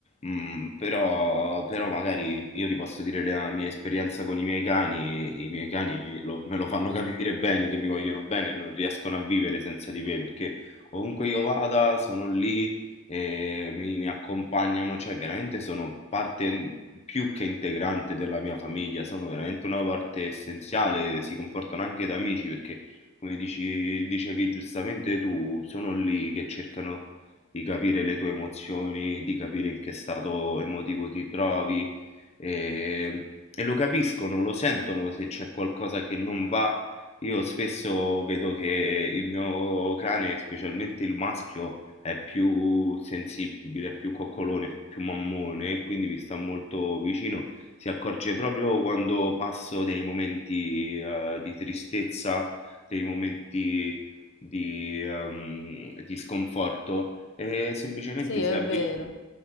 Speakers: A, on the left; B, on the left.
A: mm, però, però magari io ti posso dire la mia esperienza con i miei cani, i miei cani lo- me lo fanno capire bene che mi vogliono bene e non riescono a vivere senza di me, perché ovunque io vada sono lì eh, mi, mi accompagnano, cioè veramente sono parte più che integrante della mia famiglia, sono veramente una parte essenziale, si comportano anche da amici perché, come dici- dicevi giustamente tu, sono lì che cercano di capire le tue emozioni, di capire in che stato emotivo ti trovi e, e lo capiscono, lo sentono se c'è qualcosa che non va. Io spesso vedo che il mio cane, specialmente il maschio, è più sensibile, è più coccolone, è più mammone, quindi mi sta molto vicino. Si accorge proprio quando passo dei momenti eh, di tristezza, dei momenti di, ehm, di sconforto e semplicemente
B: Sì, è
A: si avvicina
B: vero.